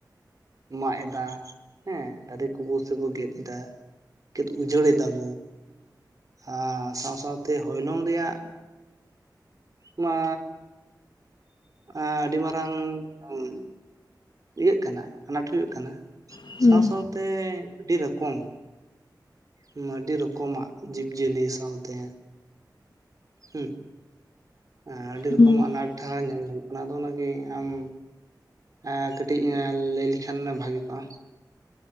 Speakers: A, on the right (about 50°); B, on the left (about 85°).
A: ᱢᱟᱜ ᱮᱫᱟ ᱦᱮᱸ ᱫᱟᱨᱮ ᱚᱠᱥᱥᱚᱭᱩ ᱠᱚ ᱜᱮᱫ ᱮᱫᱟ ᱜᱮᱫ ᱩᱡᱟᱹᱲᱮᱫᱟ ᱵᱚ᱾ ᱟᱨ ᱥᱟᱶ ᱥᱟᱶᱛᱮ ᱦᱚᱭᱞᱚᱝ ᱨᱮᱭᱟᱜ ᱢᱟ᱾ ᱟᱻ ᱟᱹᱰᱤ ᱢᱟᱨᱟᱝ ᱩᱸᱻ ᱤᱭᱟᱹᱜ ᱠᱟᱱᱟ ᱟᱱᱟᱴ ᱦᱩᱭᱩᱜ ᱠᱟᱱᱟ᱾
B: ᱦᱩᱸ
A: ᱥᱟᱶ
B: ᱦᱩᱸ
A: ᱥᱟᱶᱛᱮ ᱟᱹᱰᱤ ᱨᱚᱠᱚᱢ᱾ ᱩᱢᱻ ᱟᱹᱰᱤ ᱨᱚᱠᱚᱢᱟᱜ ᱡᱤᱵᱽ ᱡᱤᱭᱟᱹᱞᱤ ᱥᱟᱶᱛᱮ᱾ ᱦᱩᱸᱜ ᱮᱸ ᱟᱹᱰᱤ ᱨᱚᱠᱚᱢ
B: ᱦᱩᱸ
A: ᱟᱱᱟᱴ‌ ᱦᱟᱸᱜ ᱧᱮᱞ ᱧᱟᱢᱚᱜ ᱠᱟᱱᱟ ᱟᱫᱚ ᱚᱱᱟ ᱜᱮ ᱟᱢ ᱟᱨ ᱠᱟᱹᱴᱤᱡ ᱟᱸᱻᱞᱟᱹᱭ ᱞᱮᱠᱷᱟᱱ ᱵᱷᱟᱜᱤ ᱠᱚᱜ-ᱟ?